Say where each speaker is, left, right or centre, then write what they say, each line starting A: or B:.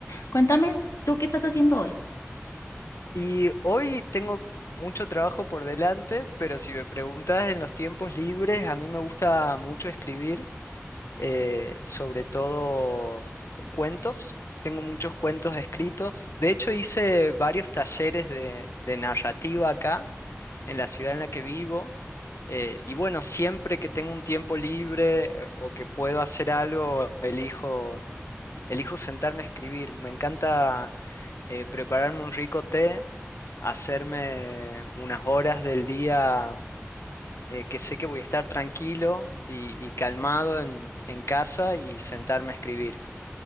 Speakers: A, on the left; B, on the left.
A: cuéntame, ¿tú qué estás haciendo hoy?
B: Y hoy tengo mucho trabajo por delante, pero si me preguntas en los tiempos libres, a mí me gusta mucho escribir, eh, sobre todo eh, cuentos. Tengo muchos cuentos escritos. De hecho, hice varios talleres de, de narrativa acá, en la ciudad en la que vivo. Eh, y bueno, siempre que tengo un tiempo libre eh, o que puedo hacer algo, elijo Elijo sentarme a escribir. Me encanta eh, prepararme un rico té, hacerme unas horas del día eh, que sé que voy a estar tranquilo y, y calmado en, en casa y sentarme a escribir.